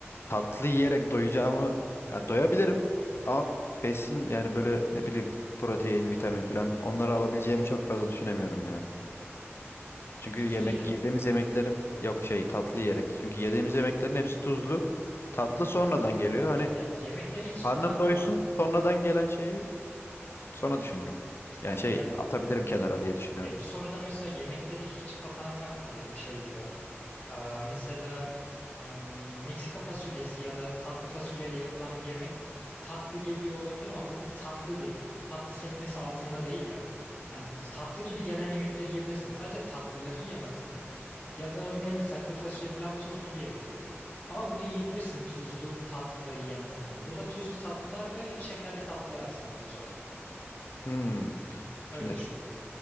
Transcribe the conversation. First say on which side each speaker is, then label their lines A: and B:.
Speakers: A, on the left; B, on the left.
A: tatlı yiyerek doyacağımı ya doyabilirim ama besin yani böyle ne bileyim protein, vitamin falan onları alabileceğimi çok fazla düşünemiyorum ya. Çünkü
B: Tuzlu
A: yemek
B: yiyerek
A: yediğimiz
B: mi?
A: yemeklerin yok şey tatlı yiyerek. Çünkü yediğimiz yemeklerin hepsi tuzlu. Tatlı
B: Hı hı.
A: sonradan geliyor. Hani
B: Ya yemekleri hiç
A: karnım
B: takma.
A: doysun sonradan gelen şeyi sonra düşünürüm. Yani
B: Ha,
A: şey
B: ya
A: atabilirim kenara diye düşünüyorum.
B: ya bu soruda mesela yemekleri hiç kafana takma derim şey gibi. Aa, mesela am, Meksika fasulyesi ya da tatlı fasulyeyle yapılan bir yemek tatlı geliyor olabilir ama bu bir tatlı değil. Tatlı sekmesi altında değil ya. Hani tatlı gibi gelen yemekleri yiyebilirsin. Sadece tatlıları yiyemezsin. Ya da örneğin mesela kuru fasulye pilav tuzlu bir yemektir. Ama bunu yiyebilirsin tuzlu tatlıları yiyemesen de. Burada tuzlu tatlılar ve şekerli tatlılar aslında asıl soru.
A: Hmm.
B: Öyle
A: Şimdi
B: düşün.